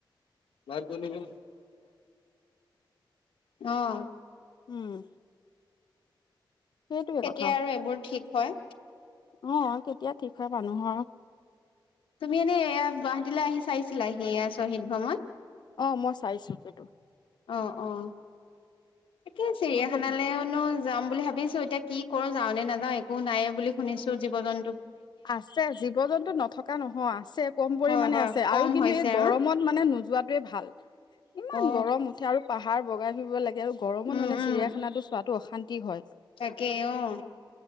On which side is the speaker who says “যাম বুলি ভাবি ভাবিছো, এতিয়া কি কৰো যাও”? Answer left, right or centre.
Left